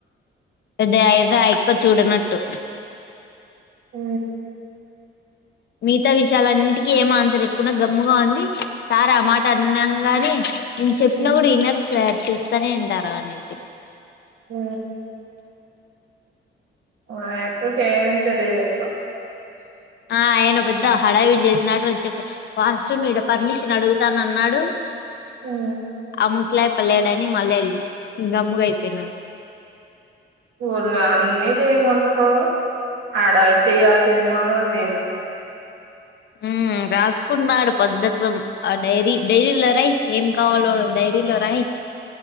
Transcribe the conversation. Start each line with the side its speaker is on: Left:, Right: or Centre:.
Left: అద ఏదో క్క చూడనట్టు
Right: అ
Left: మిగతా విషయాలన్నిటికీ ఏం ఆన్సర్ ఎప్పుడున్నా గమ్ముగా ఉంది సార్ ఆ మాట అన్నగానే నేను చెప్పినా
Right: మ్మ్
Left: కూడా ఈనర్ సార్ చూస్తానే అంటారు అని అయి
Right: ఆ అతు ఫే తెరదుసలో
Left: ఆ ఆయన పెద్ద హడావిడి చేసినట్టు ర చె వాష్రూమ్ ఇడ పర్మిషన్ అడుగుతాన అన్నాడు
Right: ఉమ్,
Left: ముూసలాయి పల్ల్యాడని మళ్ళ వెళ్ళి గమ్ముగ అయిపోయినడు
Right: వాళ్ళు అన్నీ చేయమంటారు ఆడ చేయాల్సిిన మాత్రం లేద
Left: ఉ రాసుకుంటన్నాడు పద్దసం ఆ డైరీ డైరీలో రాయి ఏం కావాలో డైరీలో రాయి